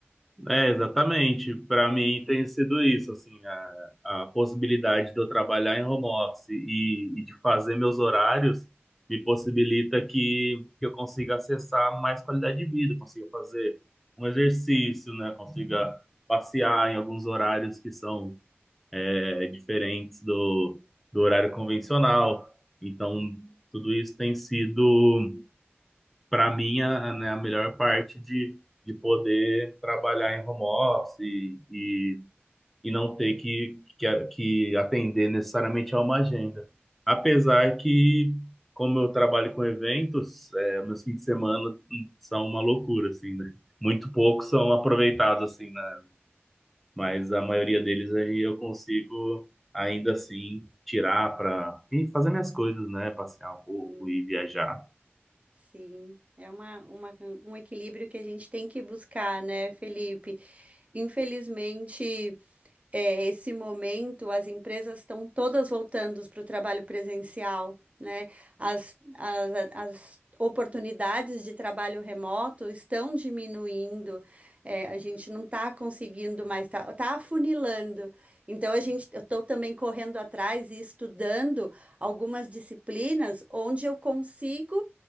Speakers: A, in the centre; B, on the right.
A: É, exatamente. Para mim tem sido isso, assim, a, a possibilidade de eu trabalhar em home office e, e de fazer meus horários me possibilita que, que eu consiga acessar mais qualidade de vida, consiga fazer um exercício, né? Consiga passear em alguns horários que são é, diferentes do, do horário convencional. Então, tudo isso tem sido para mim, a, né, a melhor parte de, de poder trabalhar em home office e, e, e não ter que, que, a- que atender necessariamente a uma agenda. Apesar que, como eu trabalho com eventos, é, meus fins de semana hum, são uma loucura, assim, né? Muito poucos são aproveitados, assim, né? Mas a maioria deles aí eu consigo, ainda assim, tirar para fazer minhas coisas, né? Passear um pouco
B: Sim,
A: e viajar.
B: sim. É uma, uma, um equilíbrio que a gente tem que buscar, né, Felipe? Infelizmente. é, esse momento, as empresas estão todas voltando para o trabalho presencial, né? As, as, as oportunidades de trabalho remoto estão diminuindo, é, a gente não está conseguindo mais, está tá afunilando. Então, a gente, eu estou também correndo atrás e estudando algumas disciplinas onde eu consigo